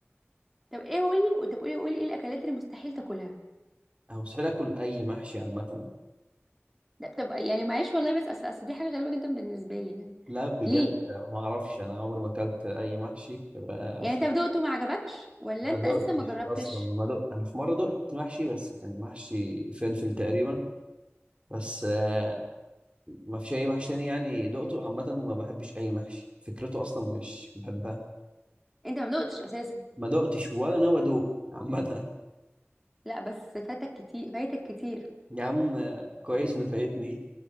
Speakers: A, in the centre; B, on the right (about 25°).
A: طب ايه قولي وتبقى قولي قولي ايه الاكلات اللي مستحيل تاكلها
B: انا مستحيل اكل اي محشي عامه
A: ده بتبقى يعني معلش والله بس اصل أصل دي حاجه غريبه جدا بالنسبه لي يعني
B: لا بجد
A: ليه
B: ما اعرفش انا عمري ما اكلت اي محشي فبقى-
A: يعني انت دقته ما عجبكش ولا
B: فما
A: انت
B: دقتش
A: اساسا ما جربتش
B: اصلا ما دقت انا في مره دقت محشي بس كان محشي فلفل تقريبا بس آه، ما فيش اي محشي تاني يعني دقته عامه ما بحبش اي محشي فكرته اصلا مش بحبها
A: انت ما دقتش اساسا
B: ما دقتش ولا ناوي ادوق عامه
A: لا بس فاتك كتير فايتك كتير
B: يا عم آه، كويس انه فايتني